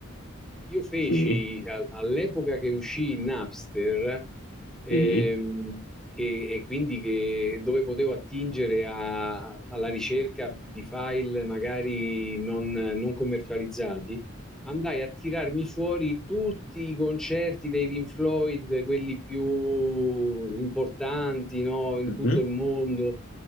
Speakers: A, in the centre; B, on the left (about 80°).
A: Io feci
B: sì,
A: a- all'epoca che uscì Napster, ehm,
B: sì,
A: che, e quindi che, dove potevo attingere a- alla ricerca di file magari non, non commercializzati, andai a tirarmi fuori tutti i concerti dei Pink Floyd, quelli più importanti, no, in
B: mhm,
A: tutto il mondo.